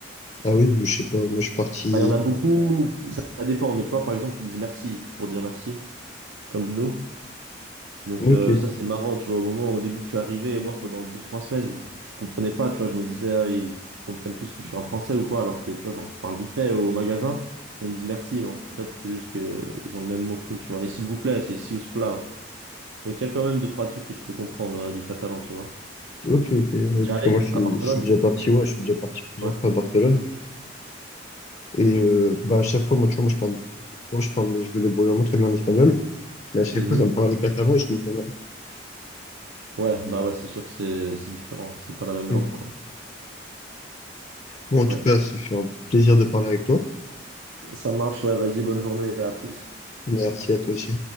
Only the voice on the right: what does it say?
Enfin, Il y en a beaucoup, ça, ça dépend, mais tu vois, par exemple, ils disent merci pour dire merci, comme nous. Donc
euh, ça c'est marrant, tu vois, au moment au début que je suis arrivé, moi pendant deux trois semaines, je, je comprenais pas, tu vois, je me disais ah, ils comprennent tous que je suis un Français ou quoi, alors que tu vois, je leur parle vite fait au magasin, et ils me disent merci, mais en fait c'est juste que euh, ils ont le même mot que nous, tu vois. Et s'il vous plaît, c'est si us plau. Donc il y a quand même deux trois trucs que tu peux comprendre euh, du catalan, tu vois.
T'es Déjà
allé
à Barcelone?
Ouais.
Mhm.
Ouais, bah ouais, c'est sûr que c'est c'est différent, c'est pas la même
langue, quoi.
Ouais.
Ça marche, ouais, vas-y, bonne journée, à plus.